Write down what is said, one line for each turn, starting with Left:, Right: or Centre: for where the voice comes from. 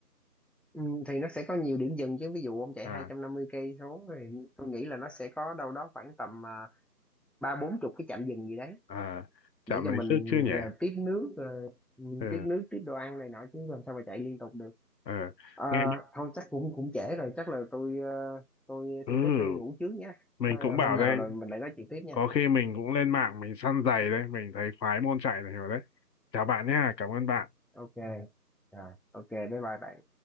Centre: ừ, thì nó sẽ có nhiều điểm dừng chứ ví dụ ông chạy
Left: à
Centre: 250 cây số thì tôi nghĩ là nó sẽ có đâu đó khoảng tầm à, ba bốn chục cái trạm dừng gì đấy
Left: à chạm
Centre: để cho
Left: lấy
Centre: mình
Left: sức chứ nhỉ
Centre: à, tiếp nước à, ừ,
Left: ừ,
Centre: tiếp nước tiếp đồ ăn này nọ chứ làm sao mà chạy liên tục được
Left: ừ.
Centre: Ờ,
Left: nghe
Centre: thôi chắc cũng cũng trễ rồi chắc là tôi ờ, tôi
Left: ừ
Centre: xin phép tôi đi ngủ trước nhé
Left: mình
Centre: Ờ,
Left: cũng bảo
Centre: hôm nào
Left: đây
Centre: rồi mình lại nói chuyện tiếp nha
Left: có khi mình cũng lên mạng mình săn giày đấy mình thấy khoái môn chạy này rồi đấy chào bạn nhá cảm ơn bạn
Centre: ok rồi ok bye bye bạn